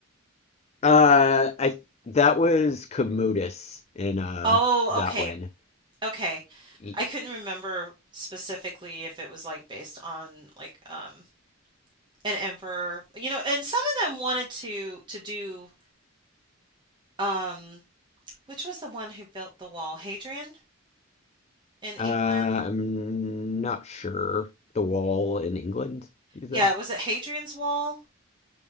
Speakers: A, on the left (about 30°); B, on the right (about 20°).
A: Uh, I that was Commodus in uh
B: Oh,
A: that
B: okay.
A: one.
B: Okay.
A: Y-
B: I couldn't remember specifically if it was like based on like um an emperor. You know, and some of them wanted to to do um which was the one who built the wall? Hadrian in
A: Uh,
B: England?
A: I'm not sure. The wall in England, you said?
B: Yeah, was it Hadrian's Wall?